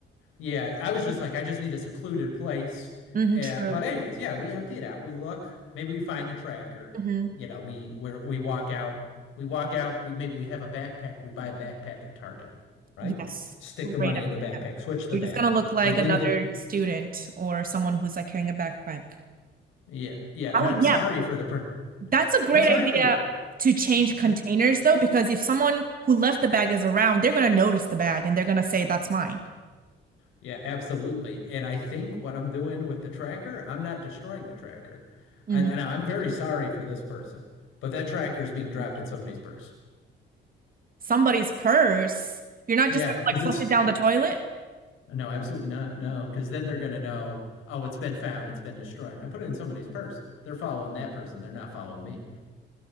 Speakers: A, on the left (about 90°); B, on the right (about 45°).
A: Yeah, I was just like, I just need a secluded place.
B: hmm
A: Uh,
B: true
A: but anyways, yeah, we empty it out. We look, maybe we find the tracker.
B: hmm
A: You know, we where we walk out, we walk out. We maybe we have a backpack. We buy a backpack at Target, right?
B: yes
A: Stick the
B: great
A: money
B: idea
A: in the backpack. Switch the
B: you're
A: bag.
B: just gonna look like
A: We leave
B: another
A: the
B: student or someone who's like carrying a backpack
A: yeah yeah. And
B: I would,
A: I'm sorry
B: yeah,
A: for the per.
B: That's a great
A: I'm sorry
B: idea
A: for the
B: to change
A: <laughs>
B: containers though, because if someone who left the bag is around, they're gonna notice the bag and they're gonna say, that's mine.
A: yeah, absolutely. And I think what I'm doing with the tracker, I'm not destroying the tracker.
B: Mhm.
A: And, and I'm very sorry for this person, but that tracker is being dropped in somebody's purse.
B: Somebody's purse. You're not
A: Yeah,
B: just gonna
A: because
B: like flush
A: it's
B: it down the toilet.
A: no, absolutely not. No, because then they're gonna know, oh, it's been found, it's been destroyed. I put it in somebody's purse. They're following that person. They're not following me.